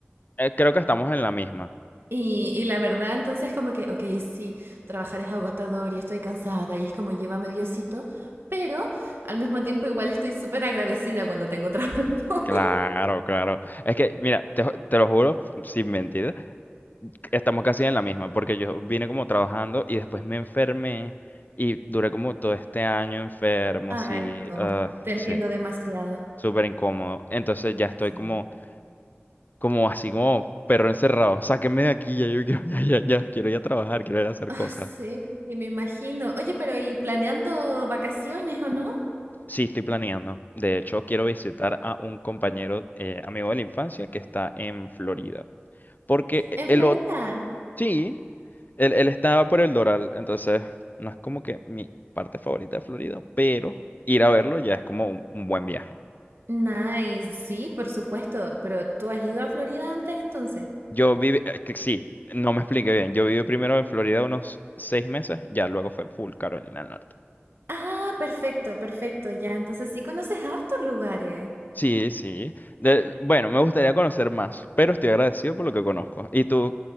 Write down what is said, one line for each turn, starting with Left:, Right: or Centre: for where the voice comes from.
Left: Eh, creo que estamos en la misma.
Right: Y, y la verdad, entonces como que, ok, sí, trabajar es agotador y estoy cansada y es como llévame Diosito, pero al mismo tiempo igual estoy súper agradecida cuando tengo trabajo. <laughs>
Left: Claro, claro. Es que, mira, te, ju- te lo juro, sin mentir, estamos casi en la misma, porque yo vine como trabajando y después me enfermé y duré como todo este año enfermo,
Right: Ay,
Left: así,
Right: no,
Left: ah,
Right: te entiendo
Left: sí,
Right: demasiado.
Left: súper incómodo. Entonces ya estoy
Right: Sí.
Left: como, como así como perro encerrado, sáquenme de aquí, ya yo quiero, <laughs> ya, ya, ya, quiero ir a trabajar, quiero ir a hacer
Right: Ah,
Left: cosas.
Right: sí, y me imagino. Oye, pero ¿y planeando vacaciones o no?
Left: Sí, estoy planeando. De hecho, quiero visitar a un compañero, eh, amigo de la infancia que está en Florida, porque e,
Right: ¿En
Left: el
Right: Florida?
Left: otro... Sí, Él, él estaba por el Doral, entonces no es como que mi parte favorita de Florida, pero ir a verlo ya es como un, un buen viaje.
Right: Nice, sí, por supuesto, pero ¿tú has ido a Florida antes entonces?
Left: Yo viví, eh, que sí, no me expliqué bien. Yo viví primero en Florida unos seis meses, ya luego fue full Carolina del Norte.
Right: Ah, perfecto, perfecto, ya, entonces sí conoces hartos lugares.
Left: Sí, sí. De- bueno, me gustaría conocer más, pero estoy agradecido por lo que conozco. ¿Y tú,